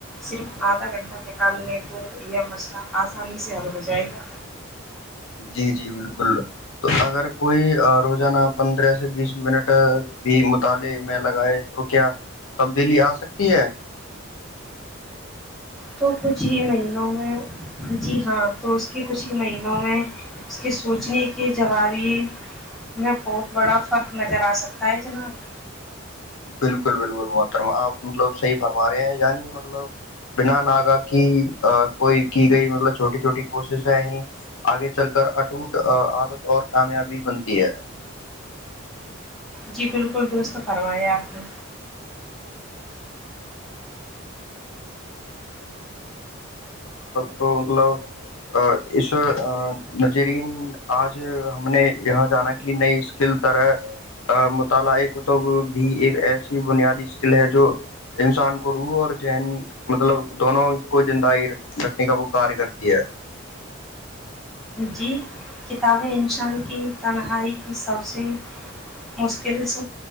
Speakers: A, in the centre; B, on the left.
A: صرف آدھا گھنٹے نکال لیں تو یہ مچئلہ آسانی سے حل ہو جائے گا
B: جی جی بالکل تو اگر کوئی روزانہ پندرہ سے بیس منٹ بھی مطالعے میں لگائے تو کیا تبدیلی آ سکتی ہے
A: تو کچھ ہی مہینوں میں جی ہاں تو اس کے کچھ ہی مہینوں میں اس کے سوچنے کے جوابیے میں بہت بڑا فرق نظر آ سکتا ہے جناب
B: بالکل بالکل محترم آپ مطلب صحیح فرما رہے ہیں یعنی مطلب بنا ناگا کی کوئی کی گئی مطلب چھوٹی چھوٹی کوششیں ہی آگے چل کر اٹوٹ عادت اور کامیابی بنتی ہے
A: جی بالکل درست فرمایا آپ نے
B: تو مطلب اس نظرین آج ہم نے یہاں جانا کہ نئی اسکل طرح مطالعہ کتب بھی ایک ایسی بنیادی اسکل ہے جو انسان کو روح اور ذن مطلب دونوں کو زندہ رکھنے کا وہ کاریہ کرتی ہے
A: جی کتابیں انسان یہ تنہائی کی سب سے مشکلس